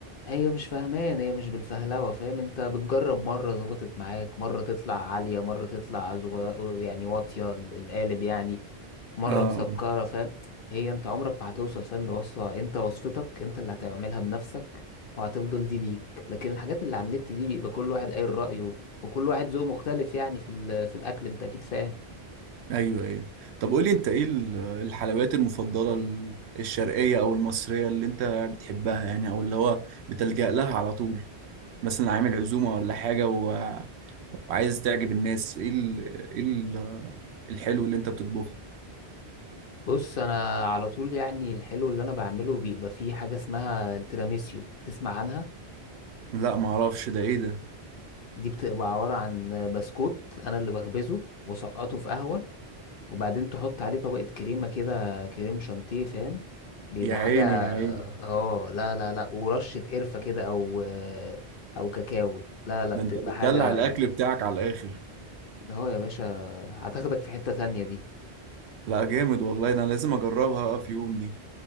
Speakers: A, on the left (about 60°); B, on the right (about 75°).
A: هي مش فاهمان هي مش بالفهلوة فاهم انت بتجرب مرة ظبطت معاك مرة تطلع عالية مرة تطلع زغ- يعني واطية ال- القالب يعني مرة
B: اه آه.
A: مسكرة فاهم هي انت عمرك ما هتوصل فاهم لوصفة انت وصفتك انت اللي هتعملها بنفسك وهتفضل دي ليك لكن الحاجات اللي على النت دي بيبقى كل واحد قايل رأيه وكل واحد ذوق مختلف يعني في ال- في الأكل انت أكيد فاهم
B: ايوه ايوه طب قولي انت ايه ال- الحلويات المفضلة ال- الشرقية او المصرية اللي انت بتحبها يعني او اللي هو بتلجأ لها على طول مثلا عامل عزومة ولا حاجة و... وعايز تعجب الناس ايه ال... ايه ال... الحلو اللي انت بتطبخه
A: بص انا على طول يعني الحلو اللي انا بعمله بيبقى فيه حاجة اسمها التيراميسيو تسمع عنها
B: لا ما اعرفش ده ايه ده
A: دي بتبقى عبارة عن بسكوت انا اللي بخبزه وسقطه في قهوة وبعدين تحط عليه طبقة كريمة كده كريم شانتيه فاهم بيبقى
B: يا عيني
A: حاجة
B: يا عيني
A: اه لا لا لا ورشة قرفة كده او آه، او كاكاو لا لا
B: ده
A: بتبقى
B: انت بتدلع
A: حاجة
B: الاكل بتاعك على الاخر
A: اهو يا باشا هتاخدك في حتة تانية دي
B: لا جامد والله ده انا لازم اجربها بقى في يوم دي